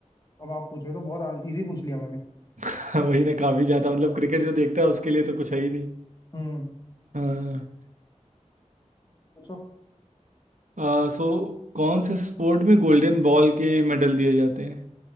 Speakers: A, on the left; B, on the right.
A: अब आप पूछे तो बहुत इजी पूछ लिया मैंने
B: <laughs> वही ना काफी ज्यादा मतलब क्रिकेट जो देखता है उसके लिए तो कुछ है ही नहीं
A: हम्म
B: हाँ
A: पूछो
B: आ, सो कौन से स्पोर्ट में गोल्डन बॉल के मेडल दिए जाते हैं